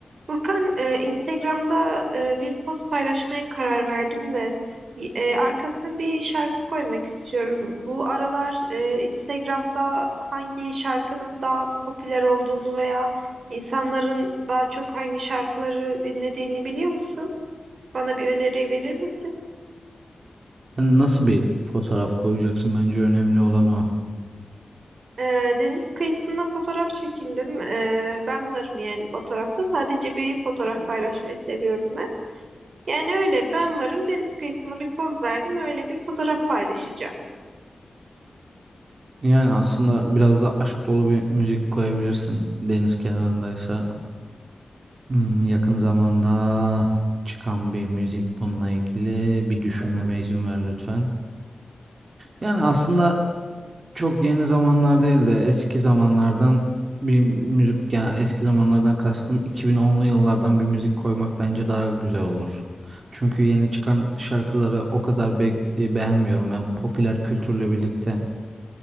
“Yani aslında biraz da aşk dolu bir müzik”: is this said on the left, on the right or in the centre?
Right